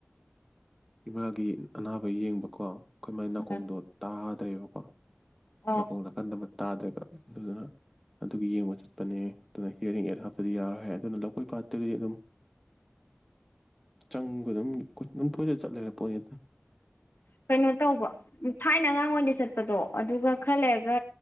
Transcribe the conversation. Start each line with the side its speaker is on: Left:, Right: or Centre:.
Centre: ꯏꯃꯥꯒꯤ ꯑꯅꯥꯕ ꯌꯦꯡꯕꯀꯣ ꯑꯩꯈꯣꯏ ꯃꯥꯏ ꯅꯥꯀꯣꯡꯗꯣ
Left: ꯎꯝ
Centre: ꯇꯥ ꯕꯀꯣ
Left: ꯑꯣ
Centre: ꯅꯥꯀꯣꯡ ꯅꯥꯀꯟꯗ ꯑꯃ ꯇꯥꯗ꯭ꯔꯦꯕ ꯑꯗꯨꯗꯨꯅ ꯑꯗꯨꯒꯤ ꯌꯦꯡꯕ ꯆꯠꯄꯅꯦ ꯑꯗꯨꯅ ꯍꯤꯌꯔꯤꯡ ꯑꯦꯠ ꯍꯥꯞꯇꯔꯥꯗꯤ ꯌꯥꯔꯔꯣꯏ ꯍꯥꯏ ꯑꯗꯨꯅ ꯂꯧꯀꯣꯏ ꯄꯥꯠ ꯇꯒꯤꯗꯤ ꯑꯗꯨꯝ ꯆꯪꯕ ꯑꯗꯨꯝ ꯑꯗꯨꯝ ꯀꯣꯏꯅ ꯆꯠ ꯂꯩꯔ ꯄꯣꯠꯅꯤꯗ
Left: ꯀꯩꯅꯣ ꯇꯧꯕ ꯊꯥꯏꯅ ꯑꯉꯥꯡ ꯑꯣꯏꯅ ꯆꯠꯄꯗꯣ ꯑꯗꯨꯒ ꯈꯔ ꯂꯩꯔꯒ